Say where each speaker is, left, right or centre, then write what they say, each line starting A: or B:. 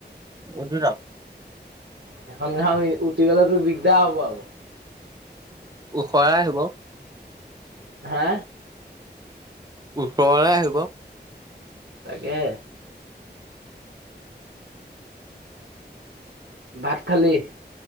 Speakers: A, on the right; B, on the right.
A: উদৰা
B: সেইখন ঘাঁও উঠি গলেতো দিগদাৰ হব আৰু-
A: ওখৰাই হ'ব-
B: হা
A: ওচৰলে আহিব।
B: তাকে। ভাত খালি।